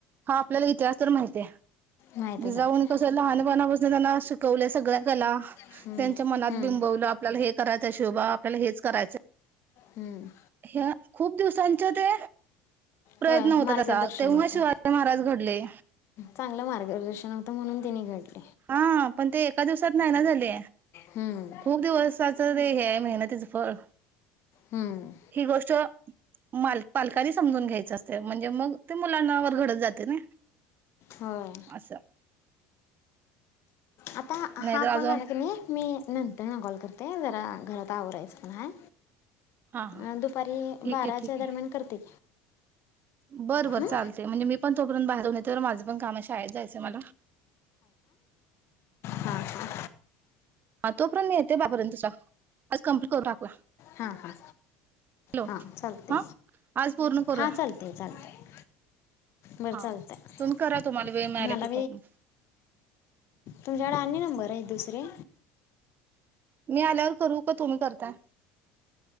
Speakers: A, on the right (about 40°); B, on the left (about 60°).
A: हा आपल्याला इतिहास तर माहितीय
B: माहीतच
A: जिजाऊन
B: आहे ते
A: कसं लहानपणा पाक त्यांना शिकवल्या सगळ्या कला
B: हम्म,
A: त्यांच्या मनात
B: हम्म,
A: बिंबवलं आपल्याला हे करायच शिवबा त्याला हेच करायचं
B: हम्म.
A: हे खूप दिवसांचे ते प्रयत्न
B: होय
A: होता
B: मार्गदर्शन
A: तसा तेव्हा
B: होतं
A: शिवाजी महाराज घडले.
B: चांगलं मार्गदर्शन होतं, म्हणून तिने घडलं
A: हां पण ते एका दिवसात नाही ना झाले,
B: हम्म,
A: खूप दिवसाच ते हे आहे मेहनत तिचं फळ
B: हम्म.
A: हि गोष्ट माल पालकांनी समजून घ्यायच असते म्हणजे मग ते मुलांनावर घडत जाते ना
B: होय
A: असं.
B: आता
A: नाही
B: हा
A: तर
B: कॉल
A: अजून
B: झाला की नाई मी नंतर न कॉल करते ते जरा घरात आवररायचं पण हाय.
A: हा हा
B: अह दुपारी
A: ठीक
B: बाराच्या
A: आहे ठीक
B: दरम्यान करते
A: बरं
B: हं?
A: बरं चालते म्हणजे मी पण तोपर्यंत बाहेरून येते ना माझ पण काम शाळेत जायचंय मला
B: हा हा.
A: हा तोपर्यंत येते <unintelligible> आज कमप्लीट करून टाकूया.
B: हां हां हां
A: हॅलो
B: हां चालते
A: हा आज पूर्ण करूया
B: हां चालते चालते बरं
A: हा
B: चालतंय
A: तुम्ही करा तुम्हाला वेळ मिळाला
B: मला
A: की कॉल.
B: तुझ्याकडे आनी नंबर आहेत दुसरे?
A: मी आल्यावर करू का तुम्ही करताय?